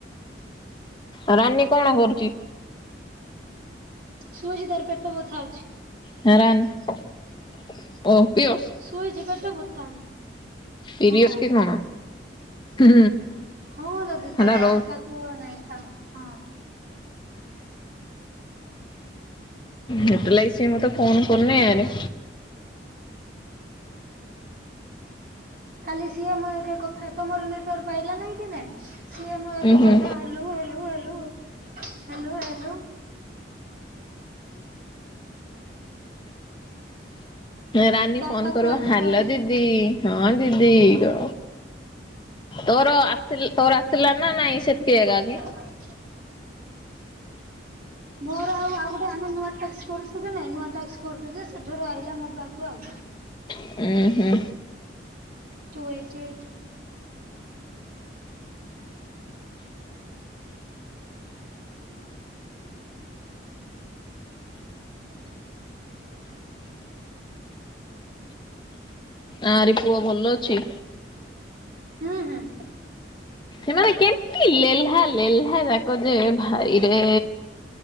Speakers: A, on the left; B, on the right.
A: ଉ ରାନୀ କଣ କରୁଚି?
B: ଶୁଉଛି ତାର ପେଟ ବଥା ହୋଉଚି।
A: ରା ରଣ ଓ ପିଡିଅସ୍
B: ଶୁଇଛି ପେଟ ବଥା
A: ପିରିୟଡସ୍
B: ହଁ
A: କି କଣ? ହୁଁ
B: ହଁ ଲୋ <unintelligible>
A: ହେଲା ରହୁ
B: ହୁହ ନାଇଥାଉ ହଁ।
A: ହେଟ ଲାଗି ସେ ମତେ ଫୋନ କରନି ଆରେ।
B: ଖାଲି ସିଏ ମୋ ଏକା କଥା ତମର ନେଟୱାର୍କ ପାଇଲା ନାହିଁ କି <unintelligible> ସିଏ ମୋ ଆଗ
A: ଉଁ ହୁଁ
B: କଥା ହେଲୁ ହେଲୁ ହେଲୁ ହେଲୁ ହେଲୁ
A: ରାନୀ
B: ବାପା
A: ଫୋନ କରିବ
B: କୁ ଆଜି
A: ହ୍ୟାଲୋ
B: କହିଲି
A: ଦିଦି ହଁ ଦିଦି କ ତୋର ଆସି ତୋର ଆସିଲ ନା ନାଇଁ ସେତିକି ଏକଗା କି?
B: <inaudible> ମୋର ଆଉ ଆଉ ଗୋଟେ ଆମେ ନୂଆ ଟାସ୍କ କରୁଛୁ କି ନାଇଁ ନୂଆ ଟାସ୍କ କରୁଛୁ ଯେ ସେଠାରୁ ଆଇିଲା ମୋ ପାଖକୁ ଆଉ।
A: ଉୁଁ ହୁଁ
B: ଟୁ ଏଟ୍ ଏଇଟ୍
A: ଆଁ ରି ପୁଅ ଭଲ ଅଛି?
B: ହୁଁ ହୁଁ।
A: ଏମାନେ କେମତି ଲେହ୍ଲା ଲେହ୍ଲା ଯାକ ଯେ ଭାଇରେ।